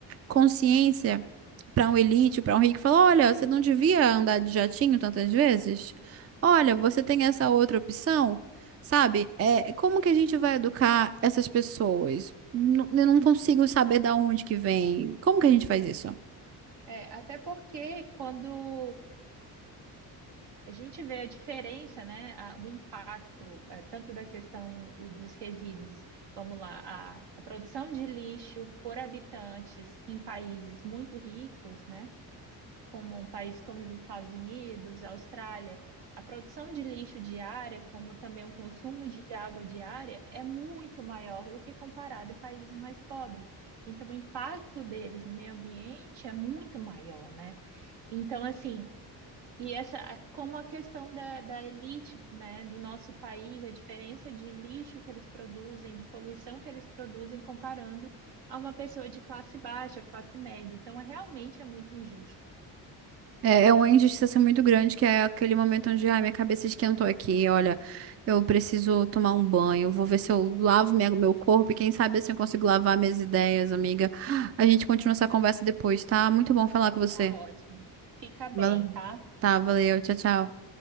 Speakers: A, on the right (about 35°); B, on the right (about 70°).
A: consciência? para um elite, para um rico, falou: olha, você não devia andar de jatinho tantas vezes? Olha, você tem essa outra opção, sabe? É, como que a gente vai educar essas pessoas? N- Eu não consigo saber da onde que vem. Como que a gente faz isso?
B: É, até porque quando A gente vê a diferença, né? a- o impacto, eh, tanto da questão o dos resíduos, vamos lá, a, a produção de lixo por habitantes em países muito ricos, né? Como um país como os Estados Unidos, Austrália, a produção de lixo diária, como também o consumo de água diária, é muito maior do que comparado a países mais pobres. Então, o impacto deles no meio ambiente é muito maior, né? Então, assim. E essa, a- como a questão da, da elite, né, do nosso país, a diferença de lixo que eles produzem, de poluição que eles produzem, comparando a uma pessoa de classe baixa, classe média. Então, é, realmente é muito injusto.
A: É, é uma injustiça assim, muito grande, que é aquele momento onde, ai, minha cabeça esquentou aqui, olha, eu preciso tomar um banho, eu vou ver se eu lavo minha- meu corpo e quem sabe assim eu consigo lavar minhas ideias, amiga. A gente continua essa conversa depois, tá? Muito bom falar com você.
B: Tá ótimo. Fica bem,
A: Valeu.
B: tá?
A: Tá, valeu. Tchau, tchau.